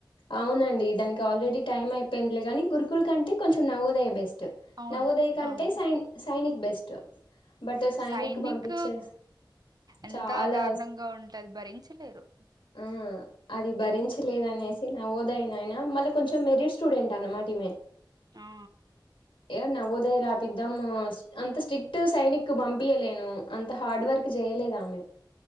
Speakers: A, on the left; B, on the right.
A: అవునండి దానికి ఆల్రెడీ టైం అయిపోయిందిలే గాని గురుకుల కంటే కొంచెం నవోదయ బెస్ట్
B: అవును
A: నవోదయ కంటే
B: అవును
A: సై సైనిక్ బెస్ట్ బట్
B: సైనిక్
A: పంపించే
B: ఎంత
A: చాలా
B: దారుణంగా ఉంటది భరించలేరు
A: ఉం అది భరించలేదనేసి
B: అవును
A: నవోదయనైన మల్ల కొంచెం మెరిట్ స్టూడెంట్ అన్నమాటీమే
B: ఆ
A: ఏ నవోదయ రాపిద్దాం అంత స్ట్రిక్ట్ సైనిక్ పంపియలేను అంత హార్డ్ వర్క్ చేయలేదు ఆమె